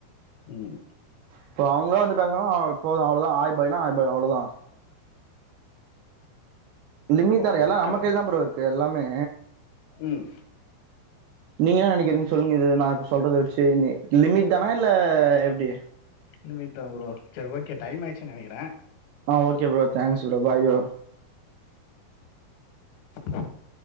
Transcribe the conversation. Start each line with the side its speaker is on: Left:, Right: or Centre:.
Left: உம்
Right: இப்ப அவுங்களா வந்துட்டாங்கனா போல அவ்ளதா ஆய் பாய்னா ஆய் பாய் அவ்ளதா லிமிட் தானே
Left: ஓகே,
Right: எல்லா நம்ம கைலதா ப்ரோ இருக்கு எல்லாமே
Left: உம்
Right: நீங்க என்ன நெனக்குறீங்க சொல்லுங்க இது நா இப்ப சொல்றத வச்சு நீ லிமிட் தானா இல்ல எப்டி
Left: லிமிட் தா ப்ரோ சரி ஓகே டைம் ஆயிச்சு நெனக்குறே
Right: ஆ okay bro thanks bro bye bro
Left: ஸடக் <unintelligible>